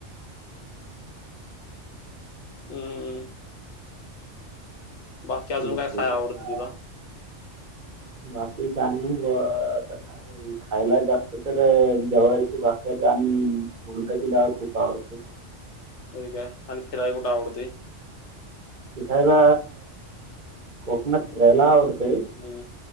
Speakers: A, on the left; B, on the right.
A: हम्मम्. बाकी
B: <unintelligible>
A: अजून काय खाय आवडते तुला
B: बाकी चांगली ब आता काये. खायला जास्त तर जवारीची भाकर आणि उडदाची डाळ खूप आवडते.
A: आणि काय आणि फिराया कुठे आवडते?
B: फिरायला कोकणात फिरायला आवडते.
A: हम्म,